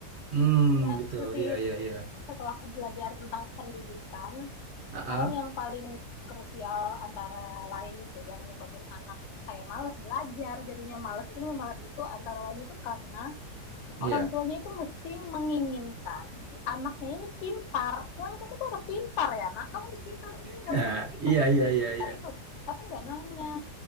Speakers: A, on the right (about 55°); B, on the left (about 55°).
A: Hmm,
B: ya
A: gitu.
B: itu sih
A: Iya, iya, iya.
B: setelah aku belajar tentang pendidikan
A: Ah,
B: hal yang
A: ah,
B: paling krusial antara lain itu yang nyebabin anak kayak malas belajar jadinya malas ini malas itu antara lain itu karena
A: iya.
B: orang tuanya itu mesti menginginkan si anaknya ini pintar pokoknya kamu tuh harus pintar ya nak kamu harus pintar ini
A: <laughs>
B: harus
A: Ah,
B: pintar itu
A: Iya,
B: pintar
A: iya,
B: ini
A: iya,
B: pintar
A: iya.
B: itu tapi nggak nanya